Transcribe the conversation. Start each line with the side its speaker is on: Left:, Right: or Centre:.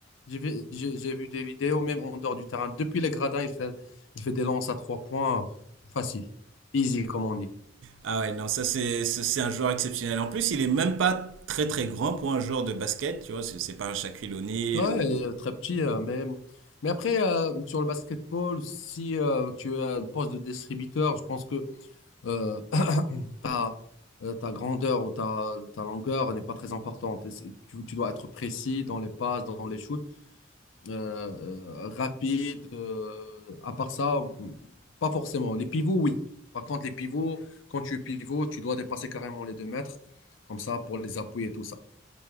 Left: J'ai vu, j'ai j'ai vu des vidéos, même en dehors du terrain. Depuis les gradins, il fait, il fait des lances à trois points facile, easy, comme on dit.
Right: Ah ouais, non, ça c'est ça, c'est un joueur exceptionnel. En plus, il est même pas très très grand pour un joueur de basket, tu vois, c'est c'est pas un Shaquille O'Neal
Left: Ouais,
Right: ou...
Left: et, euh, très petit, euh, mais, mais après, euh, sur le basketball, si euh, tu as le poste de distributeur, je pense que euh, <coughs> <clears throat> ta, euh, ta grandeur ou ta, ta longueur n'est pas très importante. Et c'est- Tu, tu dois être précis dans les passes, dans les shoots, euh, euh, rapide. euh, à part ça, mm, pas forcément. Les pivots, oui. Par contre, les pivots, quand tu es pivot, tu dois dépasser carrément les deux mètres, comme ça, pour les appuyer et tout ça.